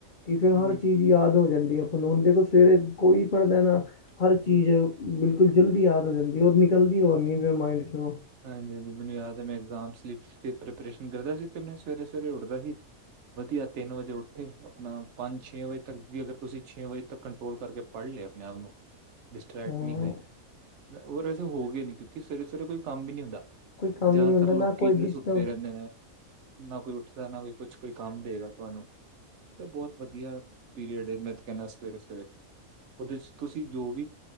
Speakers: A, on the left (about 65°); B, on the right (about 65°).
A: ਕਿ ਫਿਰ ਹਰ
B: ਹੂੰ,
A: ਚੀਜ਼ ਯਾਦ ਹੋ ਜਾਂਦੀ ਆ ਉਂਦੇ ਕੋਲ ਸਵੇਰੇ ਕੋਈ ਪੜ੍ਹਦਾ ਨਾ ਹਰ ਚੀਜ਼ ਬਿਲਕੁਲ ਜਲਦੀ ਯਾਦ ਹੋ ਜਾਂਦੀ ਔਰ ਨਿਕਲਦੀ ਕੋਈ ਨਹੀਂ ਫੇਰ ਮਾਈਂਡ ਚ ਉਹ
B: ਹਾਂਜੀ, ਹਾਂਜੀ ਮੈਨੂੰ ਯਾਦ ਹੈ ਮੇਰਾ ਇਗਜਾਮ ਸੀ ਪੇਪਰ ਪ੍ਰੈਪਰੇਸ਼ਨ ਕਰਦਾ ਸੀ ਤੇ ਮੈਂ ਸਵੇਰੇ ਸਵੇਰੇ ਉੱਠਦਾ ਸੀ ਵਧੀਆ ਤਿੰਨ ਵਜੇ ਉੱਠੇ ਆਪਣਾ ਪੰਜ ਛੇ ਵਜੇ ਤੱਕ ਵੀ ਅਗਰ ਤੁਸੀਂ ਛੇ ਵਜੇ ਤੱਕ ਕੰਟਰੋਲ ਕਰਕੇ ਪੜ੍ਹ ਲਏ ਆਪਣੇ ਆਪ ਨੂੰ ਡਿਸਟਰ੍ਰੈਕਟ
A: ਹਾਂ
B: ਨਹੀਂ ਹੋਏ। ਉਹ ਵੈਸੇ ਹੋ ਗਏ ਨੀ ਕਿਉਂਕਿ ਸਵੇਰੇ ਸਵੇਰੇ ਕੋਈ ਕੰਮ ਵੀ ਨਹੀਂ ਹੁੰਦਾ।
A: ਕੋਈ ਕੰਮ
B: ਜ਼ਿਆਦਾਤਰ
A: ਹੀ ਨਹੀਂ ਹੁੰਦਾ ਨਾ
B: ਲੋਕੀ
A: ਕੋਈ
B: ਜਿਹੜੇ
A: ਡਿਸਟਰਬ
B: ਸੁੱਤੇ ਰਹਿੰਦੇ ਨੇ ਨਾ ਕੋਈ ਉੱਠਦਾ ਨਾ ਕੋਈ ਕੁਛ ਕੋਈ ਕੰਮ ਦੇਗਾ ਤੁਹਾਨੂੰ ਤਾਂ ਬਹੁਤ ਵਧੀਆ ਪੀਰੀਅਡ ਏ ਮੈਂ ਕਹਿੰਦਾ ਸਵੇਰੇ ਸਵੇਰੇ ਉਹਦੇ ਚ ਤੁਸੀਂ ਜੋ ਵੀ